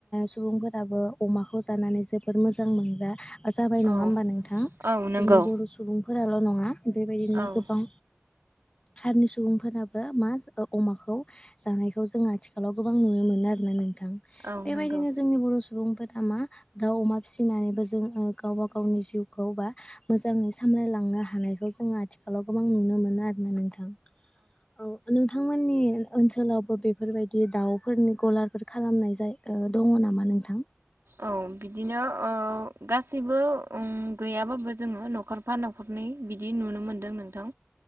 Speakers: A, on the left; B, on the right.
A: सुबुंफोराबो अमाखौ जानानै जोबोद मोजां मोनग्रा जाबाय नंङा
B: औ
A: होनबा नोंथां
B: औ
A: जोंनि
B: नंगौ
A: बर' सुबुं फोराल नंङा बेबायदिनो
B: औ
A: गोबां हारिनि सुबुंफोराबो मा अमाखौ जानायखौ जों आथिखालाव गोबां नुनो मोनो। ना आरोना थां
B: औ
A: बेबायदिनो
B: नंगौ
A: जोंनि बर सुबुंफोर दा मा दाउ अमा फिसिनानैबो जों गावबा गावनि जिउखौ बा मोजाङै सामलायलांनो हानायखौ जोङो आथिखालाव गोबां नुनो मोनो आरोना नोंथां औ नोंथांमोननि ओनसोलावबो बेफोरबायदि दाउफोरनि गलारफोर खालामनाय जाय दङ नामा नोंथां
B: औ बिदिनो गासैबो गैयाबाबो जोङो न'- खरफा न'खरनै बिदि नुनो मोन्दों नोंथां